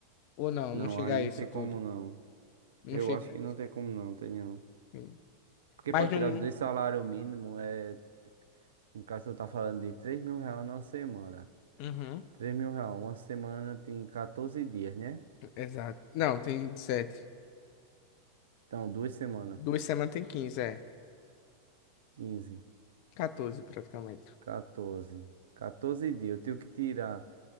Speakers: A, on the left; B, on the right.
A: Ou não,
B: Não,
A: não chega
B: aí
A: a
B: não
A: isso
B: tem
A: tudo.
B: como não.
A: Não
B: Eu
A: chega
B: acho
A: a
B: que não tem como não, tem não.
A: isso.
B: Porque
A: Mas
B: pra tirar
A: não.
B: dois salário mínimo é, no caso eu tá falando de três mil reais na semana.
A: Uhum.
B: três mil reais, uma semana tem 14 dias, né?
A: Exato. Não, tem sete.
B: Então, duas semanas,
A: Duas semanas tem 15 é.
B: 15
A: 14 praticamente.
B: 14. 14 dias. Eu tenho que tirar